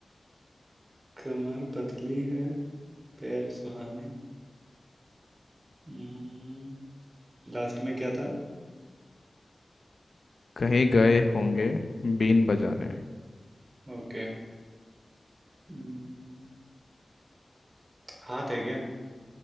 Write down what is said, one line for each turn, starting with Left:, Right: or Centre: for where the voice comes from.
Right: कमर पतली है पैर सुहाने हम्म लास्ट में क्या था
Left: कहीं गए होंगे बीन बजाने
Right: ओके हम्म, हाथ है क्या